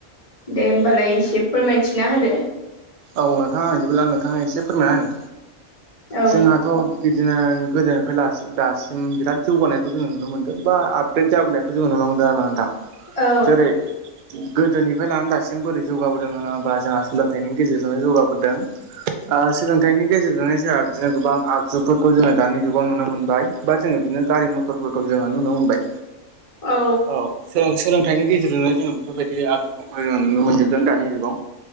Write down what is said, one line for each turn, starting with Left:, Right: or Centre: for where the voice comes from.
Left: दे होमबालाय एसे फोरमायथिना होदो
Right: औ नोंथां बिदिब्ला नोंथांनो एसे फोरमाया होनै
Left: औ
Right: जोंहाथ' बिदिनो गोदोनिफ्राय दासिम दासिम बिराद जौगानायखौ जोङो नुनो मोनदों बा आपग्रेद जाबोनायखौ जोङ नुनो मोनदों आरो ना नोंथां
Left: औ
Right: जेरै गोदोनिफ्राय लानानै दासिम बोरै जौगाबोदों होन होनोबा जोंहा सोलोंथाइनि गेजेरजोंनो जौगाबोदों ओ सोलोंथाइनि गेजेरजोंनो जोंहा बिदिनो गोबां आगजुफोरखौ जोङो दानि जुगाव नुनो मोनबाय बा जोङो बिदिनो गारि मथरफोरखौ जों नुनो मोनबाय
Left: औ
Right: औ सोलोंथाइनि गेजेरजोंनो जोङो बेफोरबायदि आगुफोरखौ जोङो नुनो मोनजोबदों दानि जुगाव